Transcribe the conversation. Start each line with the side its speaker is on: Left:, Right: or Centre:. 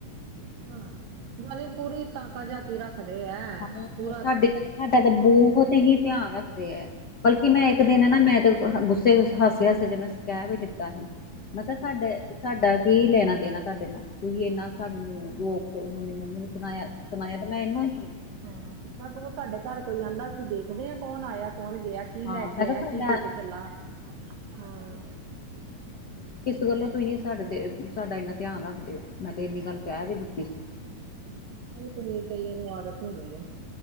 Right: ਹਾਂ, ਨਾਲੀ ਪੂਰੀ ਤਾਕਾ ਜਾਕੀ ਰੱਖਦੇ ਐ,
Left: ਹਾਂ
Right: ਪੂਰਾ
Left: ਸਾਡੇ ਤਾਂ ਸਾਡਾ ਤੇ ਬੌਹਤ ਹੀ ਧਿਆਨ ਰੱਖਦੇ ਐ। ਬਲਕਿ ਮੈਂ ਇਕ ਦਿਨ ਨਾ ਮੈਂ, ਤੇ ਗੁੱਸੇ ਹਾਸੇ-ਹਾਸੇ ਚ ਮੈਂ ਕੈ ਵੀ ਦਿੱਤਾ ਸੀ। ਮੈਂ ਕੇਹਾ ਸਾਡੇ, ਸਾਡਾ ਕੀ ਲੇਣਾ ਦੇਣਾ ਤੁਹਾਡੇ ਨਾਲ ਤੁਹੀ ਏਨਾ ਸਾਨੂੰ ਜੋ ਤੇ ਹੁਣੇ ਮੰਮੀ ਨੂੰ ਸੁਣਾਯਾ, ਸੁਣਾਯਾ ਤੇ ਮੈਂ ਏਹਨੂੰ ਹੀ।
Right: ਹਾਂ, ਸਿੱਧਾਂ ਕਹੋ ਤੁਹਾਡੇ ਘਰ ਕੋਈ ਆੰਦਾ, ਅਸੀਂ ਦੇਖਦੇ ਆਂ ਕੌਣ ਆਯਾ ਕੌਣ ਗਯਾ। ਕੀ
Left: ਹਾਂ
Right: ਲੈ ਕੇ
Left: ਮੈਂ ਕਿਹਾ
Right: ਆਯਾ,
Left: ਸਾਡਾ
Right: ਕੀ ਦੇ ਕੇ ਚਲਾ, ਹਾਂ।
Left: ਕਿਸ ਗੱਲੋਂ ਤੁਸੀ, ਸਾਡੇ ਤੇ, ਸਾਡਾ ਇੰਨਾ ਧਿਆਨ ਰੱਖਦੇ ਔ, ਮੈਂ ਤੇ ਇੰਨੀ ਗੱਲ ਕੈ ਵੀ ਦਿੱਤੀ ਸੀ।
Right: ਐਵੀ ਕਈਏ ਕਈਆ ਨੂੰ ਆਦਤ ਹੁੰਦੀ ਏ।